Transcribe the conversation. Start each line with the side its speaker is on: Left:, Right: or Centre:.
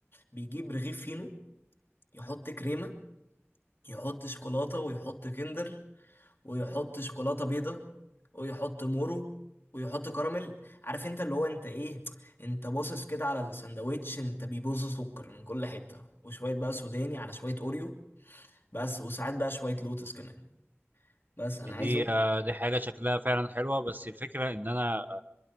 Left: بيجيب رغيف فينو يحط كريمة يحط شوكولاتة ويحط كندر ويحط شوكولاتة بيضة ويحط مورو ويحط كراميل عارف انت اللي هو انت ايه انت باصص كده على السندوتش انت بيبص سكر من كل حتة وشوية بقى سوداني على شوية اوريو بس وساعات بقى شوية لوتس كمان بس انا
Right: يعني
Left: عايز
Right: دي آه دي حاجه شكلها فعلا حلوه بس الفكره ان انا